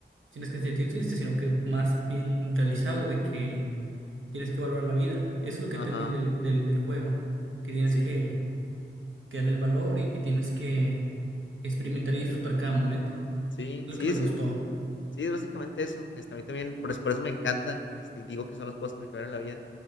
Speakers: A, on the right (about 85°); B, on the left (about 75°).
A: tienes que sentir triste, sino que más bien realizado de que tienes que valorar la vida. Eso es lo que
B: Ajá.
A: entendí del, del, del juego, que tienes
B: Sí.
A: que, que darle el valor y que tienes que experimentar y disfrutar cada momento.
B: Sí,
A: Lo
B: sí,
A: que me gustó.
B: sí. Sí, es básicamente eso. Este, a mí también, por, es- por eso me encanta. Este, y digo que son los juegos que me cambiaron la vida.